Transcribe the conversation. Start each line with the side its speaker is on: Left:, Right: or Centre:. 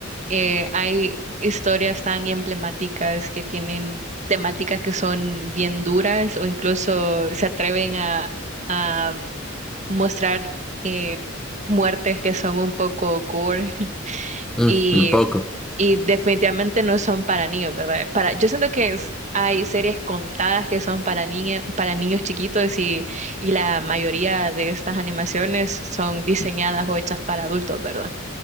Right: Eh, hay historias tan emblemáticas que tienen temáticas que son bien duras o incluso se atreven a, a mostrar eh, muertes que son un poco gore <laughs>
Centre: Mm,
Right: y,
Centre: un poco.
Right: y definitivamente no son para niños, ¿verdad? Para, yo siento que es- hay series contadas que son para niña, para niños chiquitos y, y la mayoría de estas animaciones son diseñadas o hechas para adultos, ¿verdad?